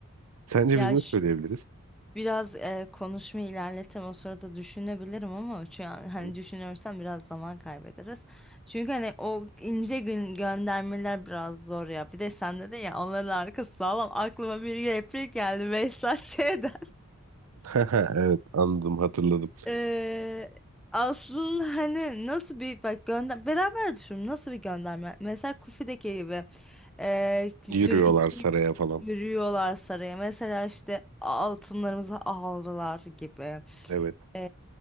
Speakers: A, on the right (about 85°); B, in the centre.
A: Sence
B: Ya
A: biz ne söyleyebiliriz?
B: Biraz e, konuşma ilerletem o sırada düşünebilirim ama şu an
A: Hı hı.
B: hani düşünürsem biraz zaman kaybederiz. Çünkü hani o ince gün göndermeler biraz zor ya. Bir de sende de ya onların arkası sağlam. Aklıma bir replik geldi Behzat Ç'den.
A: <laughs> Evet anladım hatırladım.
B: Ee, aslında hani nasıl bir bak gönder beraber düşünün nasıl bir gönderme mesela Kufi'deki gibi ee, ki
A: Yürüyorlar
B: sür-
A: saraya falan.
B: yürüyorlar saraya mesela işte altınlarımızı aldılar gibi
A: Evet.
B: Ee,